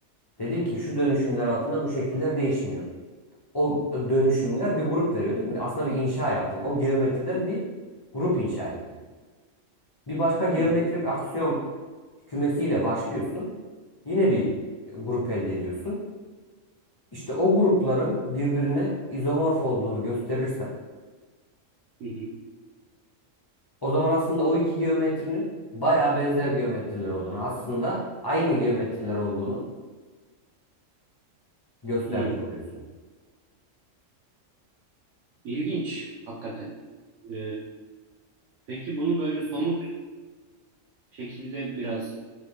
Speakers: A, on the left; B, on the right.
A: Dedin ki şu dönüşümler altında bu şekiller değişmiyor. O dönüşümler bir grup veriyor değil mi? Aslında bir inşa yaptın. O geometriden bir grup inşa ettin. Bir başka geometrik
B: hı hı,
A: aksiyom kümesiyle başlıyorsun. Yine bir e, grup elde ediyorsun. İşte o grupların birbirine izomorf olduğunu gösterirsen
B: hı hı,
A: o zaman aslında o iki geometrinin bayağı benzer geometriler olduğunu, aslında aynı geometriler olduğunu göstermiş
B: hı.
A: oluyorsun.
B: İlginç hakikaten. E, peki bunu böyle somut şekilde biraz